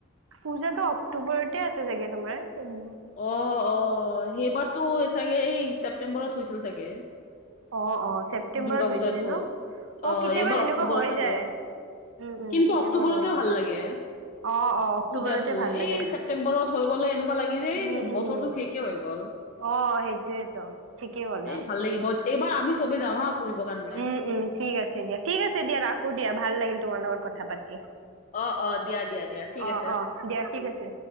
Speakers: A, on the right (about 65°); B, on the left (about 35°).
A: পূজাতো অক্টোবৰতে আছে চাগে তোমাৰ, উম
B: অ', অ', সেইবাৰতো চাগে এই ছেপ্তেম্বৰত হৈছিল চাগে?
A: অ অ ছেপ্তেম্বৰত
B: দুৰ্গা
A: হৈছিলে
B: পূজাতো,
A: ন
B: অ'
A: কেতিয়াবা
B: এইবাৰ
A: সেনেকুৱা
B: অক্টোবৰ
A: হৈ
B: চাগে?
A: যায় উম উম
B: কিন্তু
A: কেতিয়াবা
B: অক্টোবৰতে
A: হৈ যায়
B: ভাল লাগে।
A: অ অ অক্টোবৰতে
B: পূজাতো,
A: ভাল
B: এই
A: লাগে
B: ছেপ্তেম্বৰত হৈ গ'লে এনেকুৱা লাগে যে
A: উম
B: এই
A: উম
B: বছৰটো শেষে হৈ গ'ল,
A: অ সেইটোয়েতো ঠিকেই ক'লা
B: এই ভা ভাল লাগিব।
A: উম
B: এইবাৰ আমি চবে যাম হা ফুৰিব কাৰণে।
A: উম উম ঠিক আছে দিয়া, ঠিক আছে দিয়া ৰাখো দিয়া ভাল লাগিল তোমাৰ লগত কথা পাতি।
B: অ' অ', দিয়া, দিয়া, দিয়া, ঠিক
A: অ
B: আছে।
A: অ দিয়া ঠিক আছে।